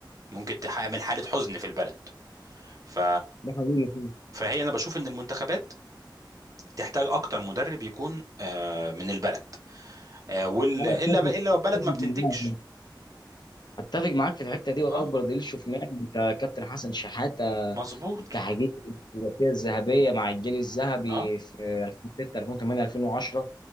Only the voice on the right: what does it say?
ممكن تعمل حاله حزن في البلد ف
فهي انا بشوف ان المنتخبات تحتاج اكتر مدرب يكون آه، من البلد آه، وال
الا
بقى الا لو بلد
ما بتنتجش
اه
مظبوط
اه